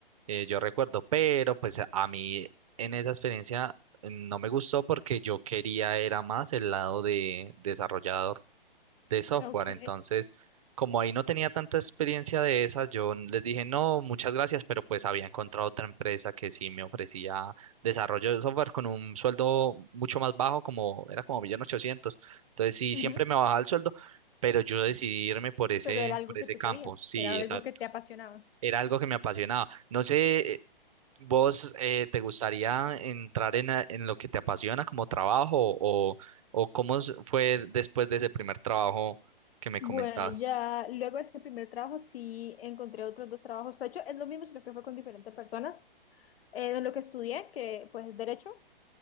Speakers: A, on the right (about 35°); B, on the left (about 85°).
A: eh, yo recuerdo, pero pues a a mí en esa experiencia mm, no me gustó porque yo quería era más el lado de desarrollador de software,
B: Ok.
A: entonces como ahí no tenía tanta experiencia de esas, yo n- les dije no, muchas gracias, pero pues había encontrado otra empresa que sí me ofrecía desarrollo de software con un sueldo mucho más bajo, como era como un millón ochocientos, entonces sí,
B: Ujú,
A: siempre me bajaba el sueldo, pero yo decidí irme por ese,
B: Pero era algo
A: por ese
B: que tú
A: campo,
B: querías,
A: sí,
B: era algo
A: esa,
B: que te apasionaba.
A: era algo que me apasionaba. No sé, ¿Vos eh, te gustaría entrar en, a- en lo que te apasiona como trabajo o, o cómo s- fue después de ese primer trabajo que me
B: Bueno,
A: comentabas?
B: ya luego de este primer trabajo sí encontré otros dos trabajos. De hecho, es lo mismo, sino que fue con diferentes personas. Eh, de lo que estudié, que pues es derecho,